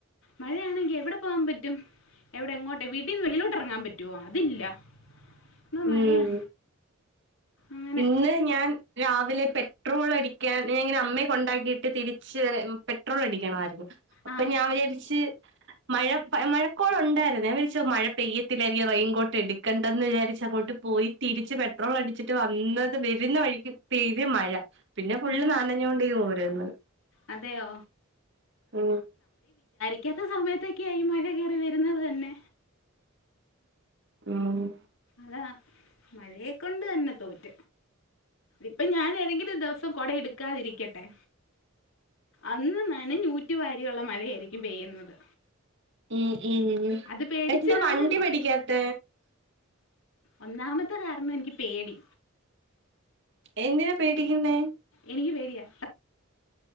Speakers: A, on the left; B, on the right.
A: മഴയാണെങ്കിൽ എവിടെ പോകാൻ പറ്റും എവിടെ എങ്ങോട്ടെ വീട്ടീന്ന് വളിലോട്ട് ഇറങ്ങാൻ പറ്റുവോ അതില്ല എന്തോ
B: ഉം
A: മഴയാ അങ്ങനെ
B: ഇന്ന് ഞാൻ രാവിലെ പെട്രോൾ അടിക്കാൻ ഞാൻ ഇങ്ങനെ അമ്മയെ കൊണ്ടാക്കിയിട്ട് തിരിച്ച് വ പെട്രോൾ അടിക്കണമായിരുന്നു അപ്പൊ
A: ആ
B: ഞാൻ വിചാരിച്ച് മഴ മഴക്കോളം ഉണ്ടായിരുന്നേ വിച്ച മഴ പെയ്യത്തിായിരിക്കാം റെയിൻകോട്ട് എടുക്കേണ്ടന്ന് വിചാരിച്ച അങ്ങോട്ട് പോയി തിരിച്ച് പെട്രോൾ അടിച്ചിട്ട് വന്നത് വരുന്ന വഴിക്ക് പെയ്യയ മഴ പിന്നെ ഫുള്ള്
A: ആ
B: നാലഞ്ഞ കൊണ്ടേും രന്ന്
A: അതെയോ
B: ഉ
A: മിക്കത്ത സമയത്തൊക്കെയായിഈ മഴ കയറി വരുന്നത് തന്നെ
B: ആഹ <unintelligible>
A: അതാ മഴയെ കൊണ്ട് തന്നെ തോറ്റ ഇപ്പൊ ഞാൻ ഏതെങ്കിലും ദിവസം കൊട എടുക്കാതിരിക്കട്ടെ അന്ന്ന്നന്നെ നൂറ്റ വാരിയുള്ള മഴയായിരിക്കും പെയ്യുന്നത്
B: ഉ ഉം
A: അത് പേടിച്ച്
B: എന്താ
A: കാരണം
B: വണ്ടി പിേടിക്കാത്ത
A: ഒന്നാമത്തെ കാരണം എനിക്ക് പേടി
B: എന്തിനതിനാ പേടിക്കുന്ന
A: എനിക്ക് പേടിയാ